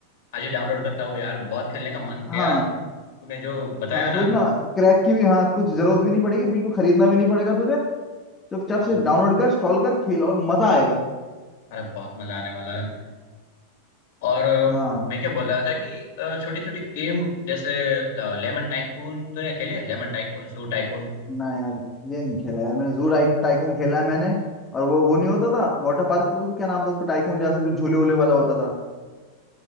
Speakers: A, on the left; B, on the left.
A: आज ही डाउनलोड करता हूँ यार बहुत खेलने का मन किया
B: हाँ
A: तूने जो बताया
B: हाँ
A: ना
B: सोचना क्रैक की भी हाँ कुछ जरूरत भी नहीं पड़ेगी बिल्कुल खरीदना भी नहीं पड़ेगा तुझे चुपचाप
A: हाँ
B: से डाउनलोड कर इंस्टॉल कर खेल और मजा आएगा
A: अरे बहुत मजा आने वाला है और अ,
B: हाँ
A: मैं क्या बोल रहा था कि छोटी छोटी गेम जैसे लेमन टाइकून तूने खेले लेमन टाइकून सू टाइकून
B: ना यार ये नहीं खेला यार मैंने जू टाइक टाइकून खेला है मैंने और वो वो नहीं होता था वाटर पार्क क्या नाम था उसका टाइकून जैसे जो झूले वूले वाला होता था